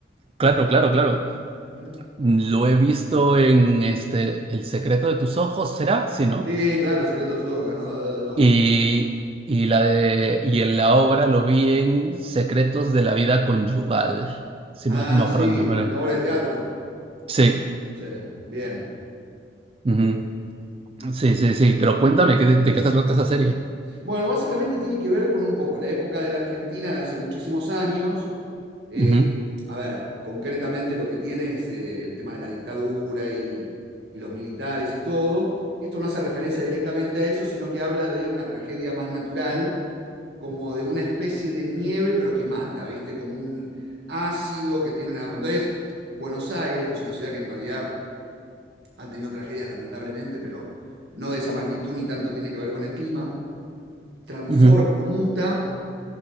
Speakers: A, on the right; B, on the right.
A: Claro, claro, claro.
B: Mira.
A: Lo he visto en este El secreto de tus ojos, ¿será? Sí, ¿no?
B: Sí, claro, El Secreto de sus ojos, ganador del Oscar.
A: Y, y, la de, y en la obra lo vi en Secretos de la Vida Conyugal, si
B: Ah,
A: más no me acuerdo
B: sí,
A: el nombre.
B: en la obra de teatro.
A: Sí,
B: Sí, bien,
A: ujú.
B: bien.
A: Sí, sí, sí, pero cuéntame, ¿qué- ¿de, qué se trata esa serie?
B: Bueno, básicamente tiene que ver con un poco la época de la Argentina de hace muchísimos años, eh,
A: Ujú,
B: que, a ver, concretamente lo que tiene es eh, el tema de la dictadura y, y los militares y todo. Esto no hace referencia directamente a eso, sino que habla de una tragedia más natural, como de una especie de nieve, pero que mata, ¿viste? Como un ácido que tiene una... Entonces, Buenos Aires, que es una ciudad que en realidad han tenido tragedias lamentablemente, pero no de esa magnitud ni tanto tiene que ver con el clima, transforma
A: ujú,
B: o muta